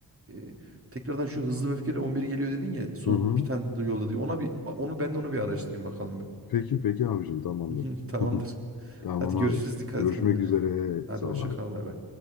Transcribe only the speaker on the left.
hı.
Peki peki abicim tamamdır.
<laughs> Tamam
abi.
Görüşmek
üzere.
Sağ
ol abi.